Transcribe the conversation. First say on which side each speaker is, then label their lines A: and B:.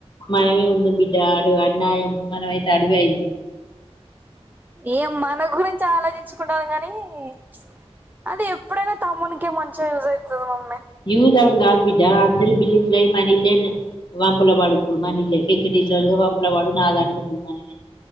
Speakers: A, on the left; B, on the right.
A: మనమేముంది బిడ్డ అడు అన్యాయం మనమైతే అడివైంది
B: ఏం మన గురించి ఆలోచించుగున్టామ్ గానీ చుప్ అది ఎప్పుడైనా తమ్మునికే మంచిగా యుజ్ ఐతది మమ్మీ
A: యూజ్ అవుడ్ గాదు బిడ్డ అందరూ బిల్లింగ్ అయి మనిల్లే వంపల వాడుకుడు మన ఇల్లే పెంకిటిల్లోలు గా వాంప్లవోలవడు నాదానుగుండవు మననే